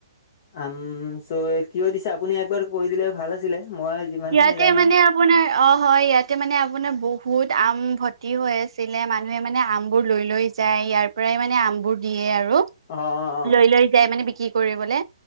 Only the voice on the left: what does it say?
আমচৈ কিয় দিছে আপুনি একবাৰ কৈ দিলে ভাল আছিলে। মই যিমান
খিনি জানো
অ' অ'